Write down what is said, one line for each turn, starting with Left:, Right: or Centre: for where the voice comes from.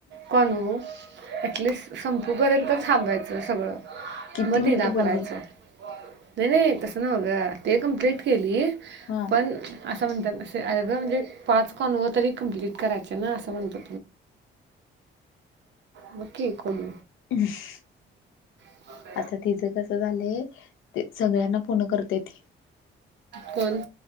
Right: कॉल वर ऍटलिस्ट संपे पर्यंत थांबायचं सगळं
Left: किती
Right: मग
Left: मिनिटं
Right: तिला
Left: बोलली
Right: करायचं नाही नाही तसं नाव ग ते कम्प्लीट केली
Left: हा
Right: पण असं म्हणतात असे अग म्हणजे पाच कॉल व तरी कम्प्लीट करायचे ना असं म्हणतो बाकी कोण
Left: <unintelligible>
Right: <inaudible>
Left: आता तिचं कसं झालंय ते सगळ्यांना फोन करत्या ती,
Right: कोण